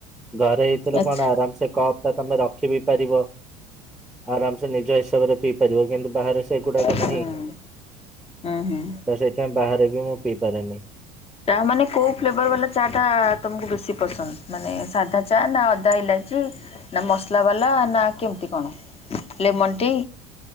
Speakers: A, in the centre; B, on the left (about 30°).
A: ଘରେ ହେଇଥିଲେ
B: ଆଚ୍ଛା
A: କଣ ଆରାମ ସେ କପଟା ତମେ ରଖିବି ପାରିବ। ଆରାମସେ ନିଜ ହିସାବରେ ପିଇ ପାରିବ କିନ୍ତୁ ବାହାରେ ସେଗୁଡାକ
B: ହୁଁ।
A: ନାହିଁ।
B: ହୁଁ ହୁଁ।
A: ତ ସେ ଥିପାଇଁ ବାହାରେ ବି ମୁଁ ପିଇ ପାରେନି।
B: ଚା ମାନେ କୋଉ ଫ୍ଲେଭର ବାଲା ଚା ଟା ତମକୁ ବେଶି ପସନ୍ଦ, ମାନେ ସାଧା ଚା ନା ଅଦା ଇଲାଇଚି। ନା ମସଲା ବାଲା ନା କେମିତି କଣ? Lemon tea.